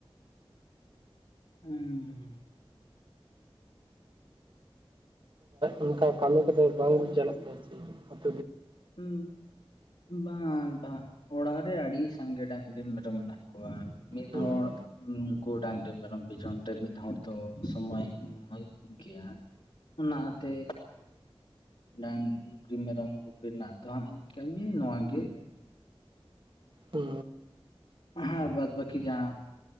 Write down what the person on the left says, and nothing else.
ᱦᱩᱸ
ᱦᱩᱸ ᱵᱟᱝ ᱵᱟᱝ ᱚᱲᱟᱜ ᱨᱮ ᱟᱹᱰᱤ ᱥᱟᱸᱜᱮ ᱰᱟᱝᱨᱤ ᱢᱮᱨᱚᱢ ᱢᱮᱱᱟᱜ ᱠᱚᱣᱟ ᱢᱤᱫᱦᱚᱲ
ᱩᱱᱠᱩ ᱰᱟᱝᱨᱤ ᱢᱮᱨᱚᱢ ᱯᱤᱪᱷᱚᱱ ᱛᱮ ᱢᱤᱫ ᱦᱚᱲ ᱫᱚ ᱥᱚᱢᱚᱭ ᱮᱢ ᱦᱩᱭᱩᱜ ᱜᱮᱭᱟ ᱚᱱᱟᱛᱮ ᱰᱟᱝᱨᱤ ᱢᱮᱨᱚᱢ ᱜ ᱨᱮᱱᱟᱜ ᱫᱚ ᱦᱟᱸᱜ ᱤᱧ ᱠᱟᱹᱢᱤ ᱱᱚᱣᱟ ᱜᱮ
ᱦᱮ ᱵᱟᱫ ᱵᱟᱠᱤ ᱡᱟᱦᱟᱸ